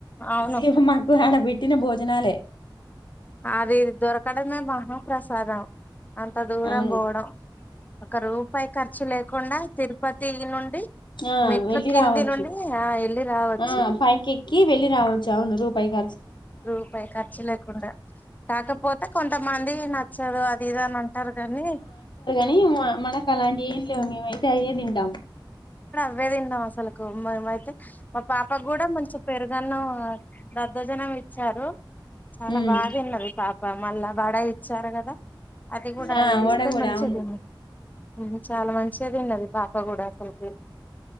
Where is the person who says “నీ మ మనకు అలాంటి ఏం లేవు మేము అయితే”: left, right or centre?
Left